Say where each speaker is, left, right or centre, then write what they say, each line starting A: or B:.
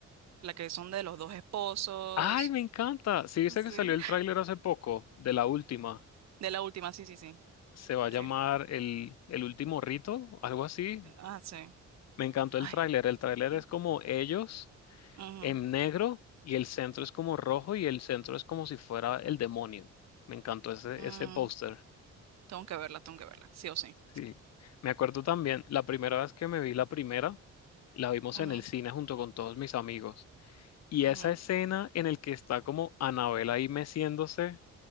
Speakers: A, on the right; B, on the left.
A: las que son de los dos esposos,
B: ¡Ay, me encanta! Sí, viste
A: sí.
B: que salió el tráiler hace poco de la última.
A: De la última, sí, sí, sí,
B: Se va a llamar
A: sí,
B: el, el último rito, algo así.
A: ah, sí,
B: Me encantó el
A: ay,
B: tráiler. El tráiler
A: mm,
B: es como ellos.
A: mm.
B: en negro y el centro es como rojo y el centro es como si fuera el demonio. Me encantó ese,
A: mm.
B: ese póster.
A: Tengo que verla, tengo que verla, sí o sí.
B: Sí. Me acuerdo también, la primera vez que me vi la primera, la vimos
A: Ujú,
B: en el cine junto con todos mis amigos. Y
A: ujú.
B: esa escena en el que está como Anabel ahí meciéndose,